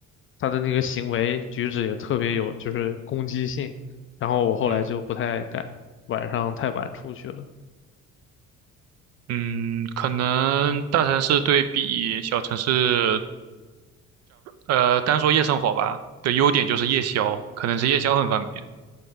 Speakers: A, on the left (about 30°); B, on the right (about 40°).
A: 他的那个行为举止也特别有就是攻击性，然后我后来就不太敢晚上太晚出去了。
B: 嗯。嗯，可能大城市对比小城市，呃，单说夜生活吧，的优点就是夜宵，可能是夜宵很方便。